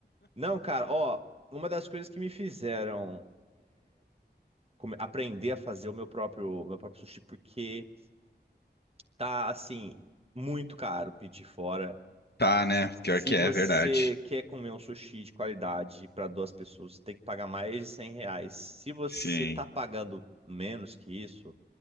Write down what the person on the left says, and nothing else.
Tá, né?
Pior que
é, verdade.
Sim.